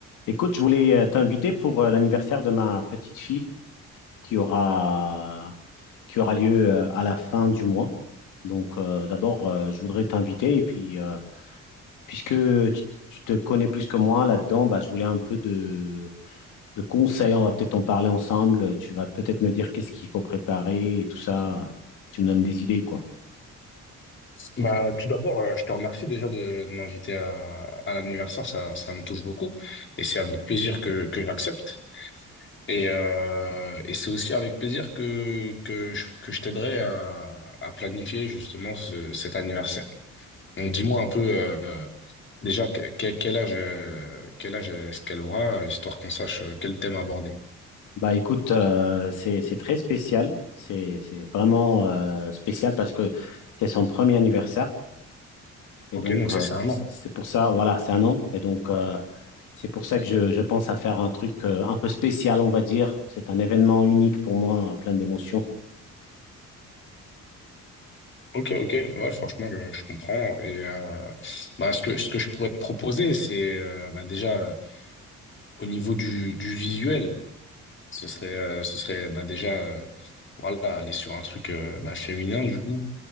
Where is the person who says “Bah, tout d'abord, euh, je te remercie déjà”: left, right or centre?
Left